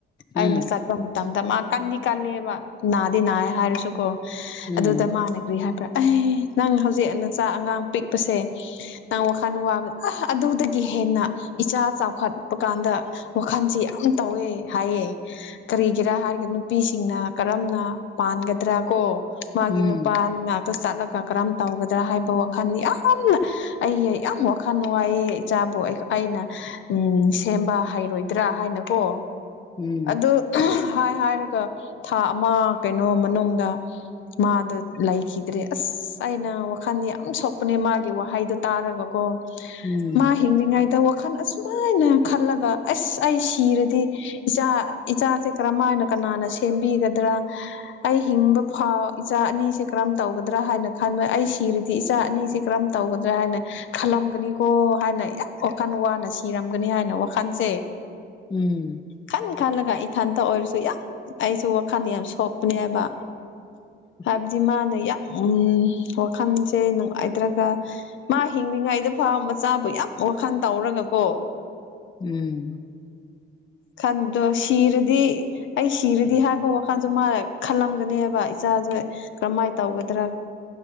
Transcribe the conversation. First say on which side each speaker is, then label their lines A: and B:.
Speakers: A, on the left; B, on the left.
A: ꯎꯝ
B: ꯑꯩꯅ ꯆꯠꯄ ꯃꯇꯝꯗ ꯃꯥ ꯀꯟꯗꯤ ꯀꯜꯂꯦꯕꯥ ꯅꯥꯗꯤ ꯅꯥꯏ ꯍꯥꯏꯔꯁꯨ ꯀꯣ
A: ꯎꯝ
B: ꯑꯗꯨꯗ ꯃꯥꯅ ꯀ꯭ꯔꯤ ꯍꯥꯏꯕ꯭ꯔꯥ ꯑꯩ ꯅꯪ ꯍꯧꯖꯤꯛ ꯅꯆꯥ ꯑꯉꯥꯡ ꯄꯤꯛꯄꯁꯦ ꯅꯪ ꯋꯥꯈꯜ ꯋꯥꯕ ꯑ ꯑꯗꯨꯗꯒꯤ ꯍꯦꯟꯅ ꯏꯆꯥ ꯆꯥꯎꯈꯠꯄ ꯀꯥꯟꯗ ꯋꯥꯈꯜꯁꯦ ꯌꯥꯝ ꯇꯧꯋꯦ ꯍꯥꯏꯌꯦ ꯀꯥꯔꯤꯒꯤꯔꯥ ꯍꯥꯏꯒ ꯅꯨꯄꯤꯁꯤꯡꯅ ꯀꯔꯝꯅ ꯄꯥꯟꯒꯗ꯭ꯔꯥ ꯀꯣ ꯃꯥꯒꯤ
A: ꯎꯝ
B: ꯅꯨꯄꯥ ꯅꯥꯛꯇ ꯆꯠꯂꯒ ꯀꯔꯝ ꯇꯧꯒꯗ꯭ꯔꯥ ꯍꯥꯏꯕ ꯋꯥꯈꯜ ꯌꯥꯝꯅ ꯑꯩ ꯌꯥꯝ ꯋꯥꯈꯜ ꯅꯨꯡꯉꯥꯏꯌꯦ ꯏꯆꯥꯕꯨ ꯑꯩꯅ ꯎꯝ ꯁꯦꯝꯕ ꯍꯩꯔꯣꯏꯗ꯭ꯔꯥ ꯍꯥꯏꯅ ꯀꯣ
A: ꯎꯝ
B: ꯑꯗꯨ ꯍꯥꯏ ꯍꯥꯏꯔꯒ ꯊꯥ ꯑꯃ ꯀꯩꯅꯣ ꯃꯅꯨꯡꯗ ꯃꯥꯗꯣ ꯂꯩꯈꯤꯗ꯭ꯔꯦ ꯑꯁ ꯑꯩꯅ ꯋꯥꯈꯜ ꯌꯥꯝ ꯁꯣꯛ ꯄꯨꯅꯤꯃꯥꯒꯤ ꯋꯥꯍꯩꯗꯣ ꯇꯥꯔꯒꯀꯣ
A: ꯎꯝ
B: ꯃꯥ ꯍꯤꯡꯂꯤꯉꯩꯗ ꯋꯥꯈꯜ ꯑꯗꯨꯃꯥꯏꯅ ꯈꯜꯂꯒ ꯑꯁ ꯑꯩ ꯁꯤꯔꯗꯤ ꯏꯆꯥ ꯏꯆꯥꯁꯦ ꯀꯔꯝꯃꯥꯏꯅ ꯀꯅꯥꯅ ꯁꯦꯝꯕꯤꯒꯗ꯭ꯔꯥ ꯑꯩ ꯍꯤꯡꯕ ꯐꯥꯎ ꯏꯆꯥ ꯑꯅꯤꯁꯦ ꯀꯔꯝ ꯇꯧꯒꯗ꯭ꯔꯥ ꯍꯥꯏꯅ ꯈꯟꯂꯦ ꯑꯩ ꯁꯤꯔꯗꯤ ꯏꯆꯥ ꯑꯅꯤꯁꯤ ꯁꯤ ꯀ꯭ꯔꯝ ꯇꯧꯒꯗ꯭ꯔꯥ ꯍꯥꯏꯅ ꯈꯜꯂꯝꯒꯅꯤꯀꯣ ꯍꯥꯏꯅ ꯌꯥꯝ ꯋꯥꯈꯜ ꯋꯥꯅ ꯁꯤꯔꯝꯒꯅꯤ ꯍꯥꯏꯅ ꯋꯥꯈꯜꯁꯦ
A: ꯎꯝ
B: ꯈꯟ ꯈꯜꯂꯒ ꯏꯊꯟꯇ ꯑꯣꯏꯔꯁꯨ ꯌꯥꯝ ꯑꯩꯁꯨ ꯋꯥꯈꯜ ꯌꯥꯝ ꯁꯣꯛꯄꯅꯦꯕ
A: <inaudible>
B: ꯍꯥꯏꯕꯗꯤ ꯃꯥꯅ ꯌꯥꯝ ꯎ ꯋꯥꯈꯜꯁꯦ ꯅꯨꯉꯥꯏ ꯇ꯭ꯔꯒ ꯃꯥ ꯍꯤꯡꯂꯤꯉꯥꯏꯗ ꯐꯥꯎ ꯃꯆꯥꯕꯨ ꯌꯥꯝ ꯋꯥꯈꯜ ꯇꯧꯔꯒ ꯀꯣ
A: ꯎꯝ
B: ꯈꯟꯗꯣ ꯁꯤꯔꯗꯤ ꯑꯩ ꯁꯤꯔꯗꯤ ꯍꯥꯏꯕ ꯋꯥꯈꯜꯁꯨ ꯃꯥ ꯈꯜꯂꯝꯒꯅꯤꯕ ꯏꯆꯥꯁꯦ ꯀꯔꯝꯍꯥꯏꯅ ꯇꯧꯒꯗ꯭ꯔꯥ